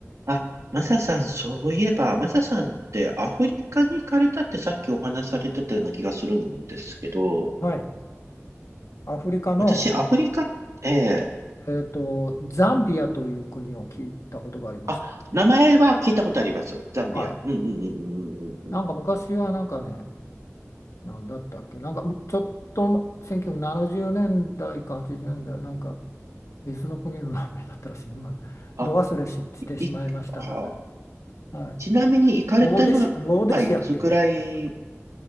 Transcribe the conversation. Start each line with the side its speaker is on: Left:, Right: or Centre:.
Right: あ、マサさん、そういえば、マサさんってアフリカに行かれたってさっきお話しされてたような気がするんですけど、
Left: はい。アフリカの、
Right: 私、アフリカって、
Left: えーと、ザンビアという国を聞いたことがありますか。
Right: あ、名前は聞いたことあります。ザンビア。
Left: はい。
Right: うんうんうんうんうんうんうん。
Left: なんか昔はなんかね、なんだったっけ、なんかむちょっと1970年代か80年代、なんか別の国の名前だったらしい、今、
Right: あ、
Left: ど忘れし、してしまいましたが、
Right: い、いはあ、
Left: はい。
Right: ちなみに行かれたのはいつぐらい、
Left: ローデシ、ローデシアっていうんで言っとった。